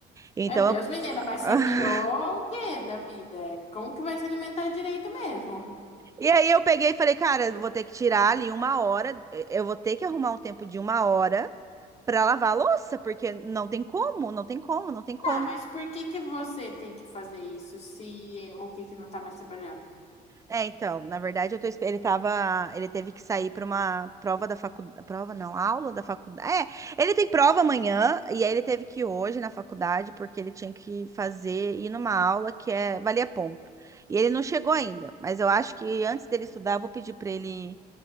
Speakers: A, on the right; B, on the left.
A: Então,
B: Meu Deus,
A: eu-
B: menina, mas você
A: <laughs>
B: virou o quê da vida? Como que vai se alimentar direito mesmo?
A: e aí eu peguei e falei, cara, eu vou ter que tirar ali uma hora, eu vou ter que arrumar um tempo de uma hora pra lavar a louça, porque não tem como, não tem como, não tem como.
B: Tá, mas por que que você tem que fazer isso se o que que não tá mais trabalhando?
A: É, então, na verdade, eu tô, espe- ele tava, ele teve que sair para uma prova da faculdade, prova não, aula da faculdade. É, ele tem prova amanhã e aí ele teve que ir hoje na faculdade porque ele tinha que fazer ir numa aula que é valia ponto. E ele não chegou ainda, mas eu acho que antes dele estudar, eu vou pedir para ele